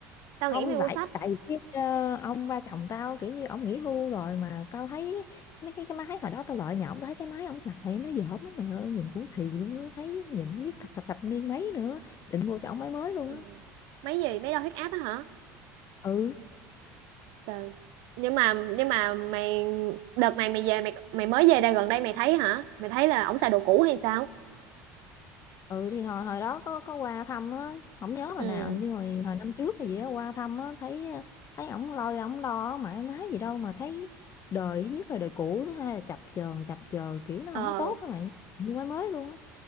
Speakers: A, on the right; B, on the left.
A: Tao
B: không
A: nghĩ mày mua
B: tại
A: sách
B: tại vì cái ờ, ông ba chồng tao kiểu như ông nghỉ hưu rồi mà tao thấy mấy cái cái máy hồi đó tao lợi nhà ổng tao thấy cái máy ông xài nó dởm lắm mày ơi nhìn cũng xì luôn á thấy nhìn không biết thập thập thập niên mấy nữa định mua cho ổng máy mới luôn
A: ừ.
B: á
A: Máy gì máy đo huyết áp á hả
B: ừ
A: Trời Nhưng mà nhưng mà mày Đợt này mày về mày mày mới về đây gần đây mày thấy hả Mày thấy là ổng xài đồ cũ hay sao
B: ừ thì hồi hồi đó có có qua thăm á không nhớ
A: Ừ
B: hồi nào như hồi hồi năm trước hay gì đó qua thăm á thấy thấy ổng lôi ổng đo mãi má gì đâu mà thấy đời thứ nhất là đời cũ thứ hai là chập chờn chập chờn kiểu nó
A: Ờ
B: không có tốt á mày mua máy mới luôn á